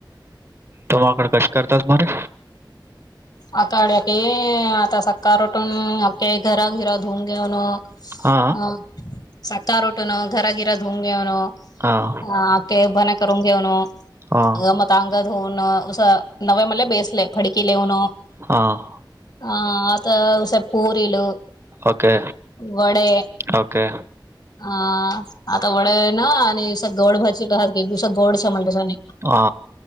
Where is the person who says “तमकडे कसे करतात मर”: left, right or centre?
Right